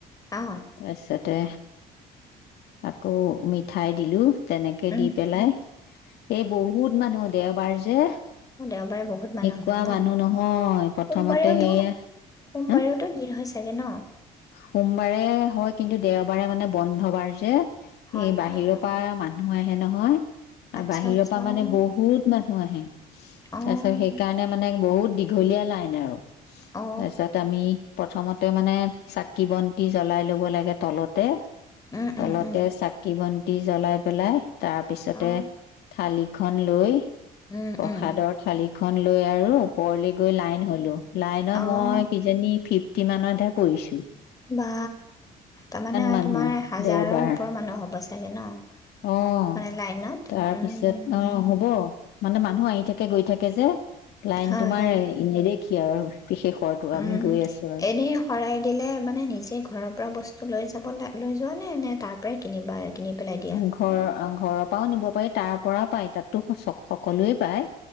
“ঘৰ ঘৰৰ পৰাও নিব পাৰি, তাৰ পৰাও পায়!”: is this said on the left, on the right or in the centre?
Left